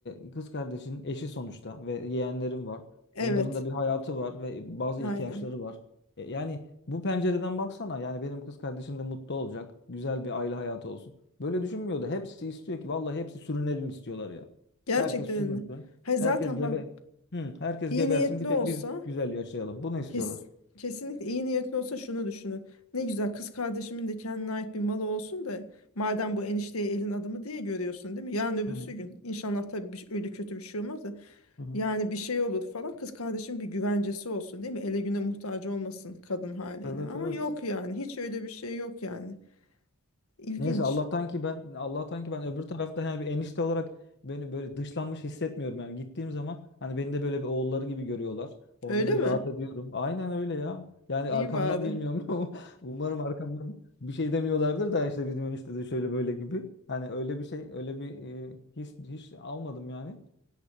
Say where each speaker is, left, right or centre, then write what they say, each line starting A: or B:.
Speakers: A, on the left; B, on the left.
A: e, kız kardeşinin eşi sonuçta ve yeğenlerin var.
B: Evet,
A: Onların da bir hayatı var ve bazı ihtiyaçları
B: aynen.
A: var. E, yani bu pencereden baksana yani benim kız kardeşim de mutlu olacak. Güzel bir aile hayatı olsun. Böyle düşünmüyordu. Hepsi istiyor ki vallahi hepsi sürünelim istiyorlar ya.
B: Gerçekten
A: Herkes sürünsün.
B: öyle. Hayır zaten
A: Herkes gebe.
B: bak
A: Hı, herkes
B: iyi
A: gebersin.
B: niyetli
A: Bir tek
B: olsa
A: biz güzel yaşayalım. Bunu istiyorlar.
B: kes, kesinlikle iyi niyetli olsa şunu düşünür. Ne güzel kız kardeşimin de kendine ait bir malı olsun da madem bu enişteyi elin adamı diye görüyorsun değil mi? Yarın öbürsü
A: Hı hı.
B: gün inşallah tabii bir, şey- öyle kötü bir şey olmaz da
A: hı hı.
B: yani bir şey olur falan kız kardeşim bir güvencesi olsun değil mi? Ele güne muhtaç olmasın kadın haliyle
A: Evet
B: ama
A: evet.
B: yok yani hiç öyle bir şey yok yani. İlginç.
A: Neyse Allah'tan ki ben Allah'tan ki ben öbür tarafta yani bir enişte olarak beni böyle dışlanmış hissetmiyorum yani gittiğim zaman hani beni de böyle bir oğulları gibi görüyorlar. Orada
B: Öyle
A: böyle
B: mi?
A: rahat ediyorum. Aynen öyle ya. Yani
B: İyi
A: arkamdan
B: bari.
A: bilmiyorum. <laughs> Umarım arkamdan bir şey demiyorlardır da işte bizim enişte de şöyle böyle gibi. Hani öyle bir şey öyle bir e, his hiç almadım yani.